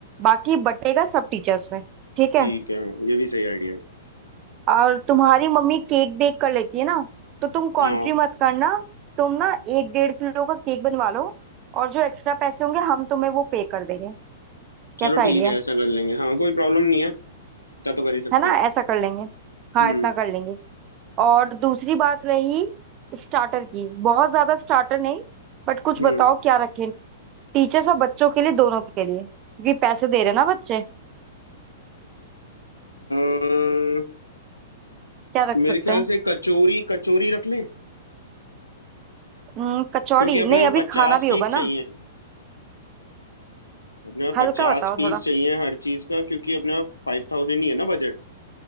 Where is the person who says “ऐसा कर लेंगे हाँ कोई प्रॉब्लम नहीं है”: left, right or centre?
Left